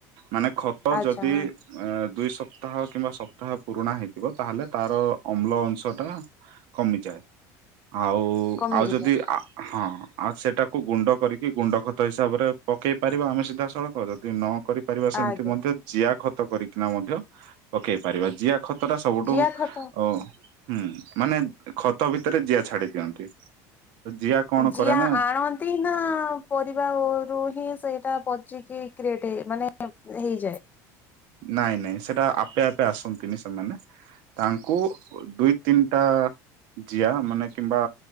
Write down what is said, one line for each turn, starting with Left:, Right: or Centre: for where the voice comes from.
Right: ମାନେ ଖତ
Left: ଆଚ୍ଛା
Right: ଯଦି
Left: ହଁ
Right: ଅ ଦୁଇ ସପ୍ତାହ କିମ୍ବା ସପ୍ତାହ ପୁରୁଣା ହେଇଥିବ ତାହେଲେ ତାର ଅମ୍ଳ ଅଂଶଟା କମିଯାଏ। ଆଉ
Left: କମିଯିବ
Right: ଆଉ ଯଦି ହଁ ଆଉ ସେଟାକୁ ଗୁଣ୍ଡ କରିକି ଗୁଣ୍ଡ ଖତ ହିସାବରେ ପକେଇ ପାରିବା ଆମେ ସିଧାସଳଖ ଯଦି ନ କରିପାରିବା ସେମିତି
Left: ଆଜ୍ଞା
Right: ମଧ୍ୟ ଜିଆ ଖତ ଖତ କରିକିନା ମଧ୍ୟ ପକେଇ ପାରିବା ଜିଆ ଖତ ଟା ସବୁଠୁ
Left: ଜିଆ ଖତ
Right: ଅ ହୁଁ ମାନେ ଖତ ଭିତରେ ଜିଆ ଛାଡି ଦିଅନ୍ତି ଜିଆ କଣ
Left: ଯିଆ
Right: କରେ ନା
Left: ଆଣନ୍ତି ନା ପରିବା ଆଉ ରୁ ହିଁ ସେଇଟା ପଚିକି କ୍ରୀଏଟ ମାନେ ଏ ହେଇଯାଏ।
Right: ନାଇଁ ନାଇଁ ସେଟା ଆପେ ଆପେ ଆସନ୍ତିନି ସେମାନେ ତାଙ୍କୁ ଦୁଇ ତିନିଟା ଜିଆ ମାନେ କିମ୍ବା